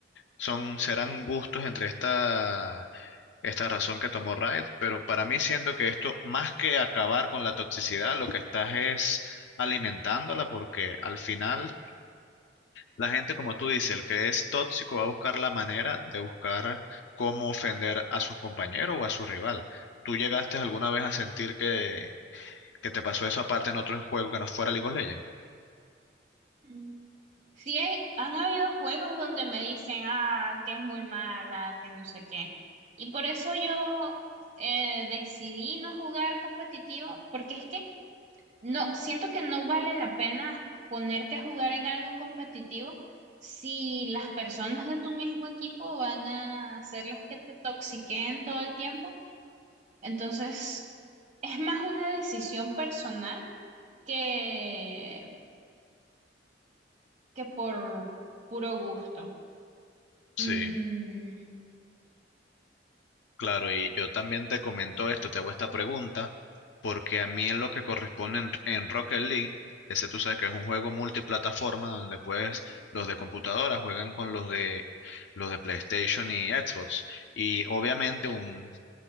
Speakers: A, on the left (about 65°); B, on the right (about 40°).
A: Son, serán gustos entre esta, esta razón que tomó Riot, pero para mí siento que esto, más que acabar con la toxicidad, lo que estás es alimentándola porque al final la gente, como tú dices, el que es tóxico va a buscar la manera de buscar cómo ofender a sus compañeros o a su rival. ¿Tú llegaste alguna vez a sentir que, que te pasó eso aparte en otro juego que no fuera League of Legends?
B: Mm. Sí, hay- han habido juegos donde me dicen, ah, que es muy mala, que no sé qué. Y por eso yo eh, decidí no jugar competitivo, porque es que no, siento que no vale la pena ponerte a jugar en algo competitivo si las personas de tu mismo equipo van a ser las que te toxiquen todo el tiempo. Entonces, es más una decisión personal que, que por puro gusto.
A: Sí.
B: Mm,
A: Claro, y yo también te comento esto, te hago esta pregunta, porque a mí en lo que corresponde en, en Rocket League, ese tú sabes que es un juego multiplataforma donde pues
B: ujú.
A: los de computadora juegan con los de los de PlayStation y Xbox. Y obviamente un,